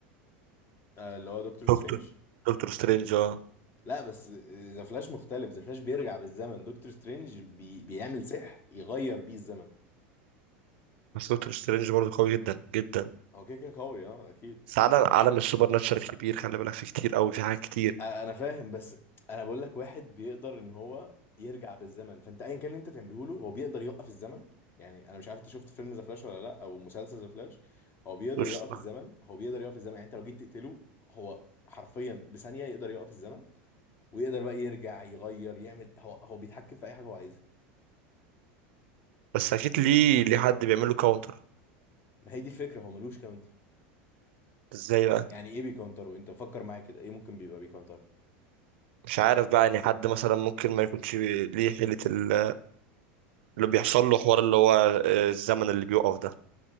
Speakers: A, on the left; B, on the right.
A: آه، اللي هو دكتور سترينج
B: دكتور دكتور سترينج اه.
A: لا بس آه، ذا فلاش مختلف ذا فلاش بيرجع بالزمن دكتور سترينج بي بيعمل سحر يغير بيه الزمن
B: بس دكتور سترينج برضه قوي جدا جدا
A: هو كده كده قوي اه اكيد
B: بس عالم عالم السوبر ناتشرال كبير خلي بالك فيه كتير قوي في حاجات كتير
A: أ- انا فاهم بس انا بقول لك واحد بيقدر ان هو يرجع بالزمن فانت ايا كان اللي انت تعمله له هو بيقدر يوقف الزمن يعني انا مش عارف انت شفت فيلم ذا فلاش ولا لا او مسلسل ذا فلاش هو بيقدر
B: مش
A: يوقف الزمن هو بيقدر يوقف الزمن يعني انت لو جيت تقتله هو حرفيا بثانية يقدر يوقف الزمن ويقدر بقى يرجع يغير يعمل هو هو بيتحكم في اي حاجة هو عايزها
B: بس اكيد ليه ليه حد بيعمل له كاونتر
A: ما هي دي الفكرة هو ملوش كاونتر
B: ازاي بقى
A: يعني ايه بيكونتره انت فكر معايا كده ايه ممكن بيبقى بيكونتره
B: مش عارف بقى يعني حد مثلا ممكن ما يكونش بي- ليه حيلة ال- اللي بيحصل له حوار اللي هو آه، الزمن اللي بيوقف ده